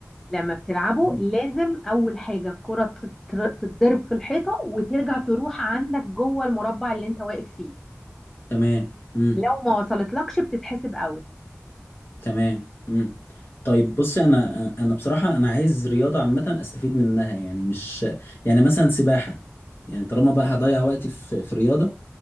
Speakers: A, in the centre; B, on the left.
A: لما بتلعبه
B: مم.
A: لازم اول حاجه الكره تتر- تتضرب في الحيطه وترجع تروح عندك جوه المربع اللي انت واقف فيه
B: تمام مم.
A: لو ما وصلتلكش بتتحسب اوت
B: تمام مم. طيب بصي انا انا بصراحة انا عايز رياضة عامة استفيد منها يعني مش يعني مثلا سباحة يعني طالما بقى هضيع وقتي في في رياضة